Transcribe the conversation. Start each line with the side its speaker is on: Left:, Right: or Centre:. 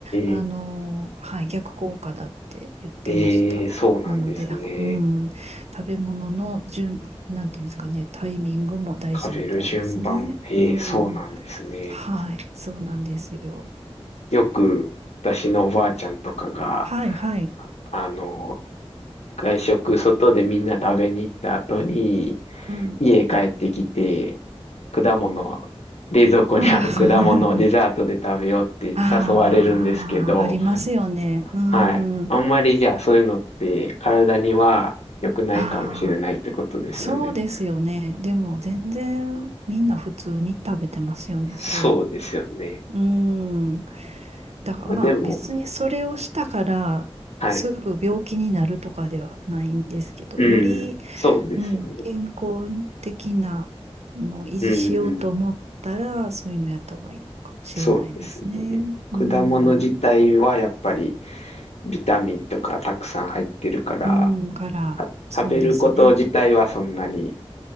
Right: あの、
Left: え、
Right: はい、逆効果だって言ってました。
Left: ええ、そうなんですね。
Right: なので、あうん、食べ物の順、なんていうんですかね、タイミングも大事みたいですね。
Left: 食べる順番も、ええ、
Right: うん、
Left: そうなんですね。
Right: はい、そうなんですよ。
Left: よく私のおばあちゃんとかが、
Right: はい、はい、
Left: あの、外食、外でみんな食べに行った後に、
Right: うん。
Left: 家帰ってきて、果物、冷蔵庫にある
Right: <laughs>
Left: <laughs> 果物をデザートで食べようって誘われるんですけど、
Right: ああ、ありますよね。うん。
Left: はい。あんまりじゃあそういうのって体には良くないかもしれないってことですよね。
Right: ああ、そうですよね。でも全然みんな普通に食べてますよね、そういうの。
Left: そうですよね。
Right: うん。だからまあ別にそれをしたからすぐ病気になるとかではないんですけど、
Left: まあ、でも、はい。うん、
Right: より、
Left: そうですよね。
Right: うん、健康的なのを維持しようと思ったら、
Left: うんうん。
Right: そういうのやった方がいいのかもしれないですね。
Left: そうですね。
Right: うん、
Left: 果物自体はやっぱりビタミンとかたくさん入ってるから、
Right: うん、から、
Left: た食べること自体はそんなに
Right: そうですね。